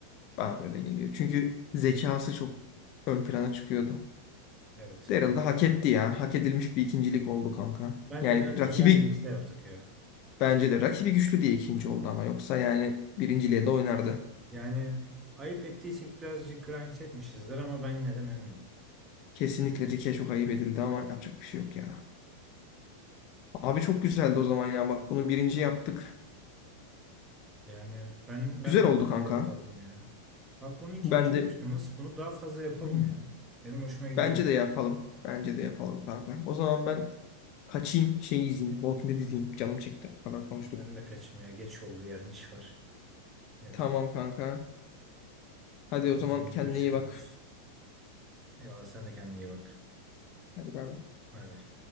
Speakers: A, on the left; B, on the right.
A: bana da öyle geliyor. Çünkü zekası çok ön plana çıkıyordu.
B: Evet
A: Daryl
B: aynen
A: da hak
B: öyle.
A: etti ya. Hak edilmiş bir ikincilik oldu kanka.
B: Bence
A: Yani
B: gayet
A: rakibi
B: güzel bir liste yaptık ya.
A: bence de rakibi güçlü diye ikinci oldu ama yoksa
B: Evet.
A: yani birinciliğe de oynardı.
B: Yani ayıp ettiysek birazcık Grimes etmişizdir ama ben yine de memnunum.
A: Kesinlikle Rick'e çok ayıp edildi ama yapacak bir şey yok ya. Abi çok güzeldi o zaman ya. Bak bunu birinci yaptık.
B: Yani ben ben
A: Güzel
B: de
A: oldu
B: buna
A: kanka.
B: zevk aldım ya. Bak bunu ikinci
A: Ben de
B: yapışımız. Bunu daha fazla yapalım
A: Hı hı.
B: ya. Benim hoşuma gidiyor
A: bence de yapalım. Bence de yapalım kanka. O zaman ben Kaçayım şey izleyeyim.
B: bu.
A: Walking Dead izleyeyim. Canım çekti. falan kadar konuştuk.
B: Ben de kaçmaya geç oldu yarın iş var. Yetim.
A: Tamam kanka. Hadi
B: Hadi
A: o zaman
B: o zaman
A: kendine
B: görüşürüz.
A: iyi bak.
B: Eyvallah sen de kendine iyi bak.
A: Hadi bay bay.
B: Bay bay.